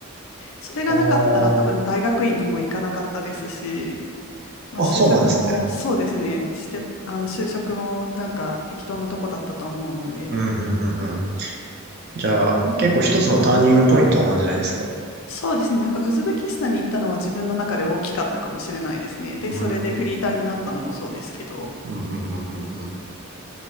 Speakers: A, on the left; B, on the right.
A: それがなかったら多分大学院にも行かなかったですし、
B: あー
A: まあ就職もそうですね、
B: あ、あそうなんですね。
A: して、あの就職もなんか適当なとこだったと思うので、
B: うん、うん、うん、うん。じゃあ、結構一つのターニングポイントなんじゃないですか。
A: そうですね、なんかウズベキスタンに行ったのは自分の中で大きかったかもしれないですね。で、
B: うん、
A: それでフリーターになったのもそうですけど、
B: うん、うん、うん、うん。うん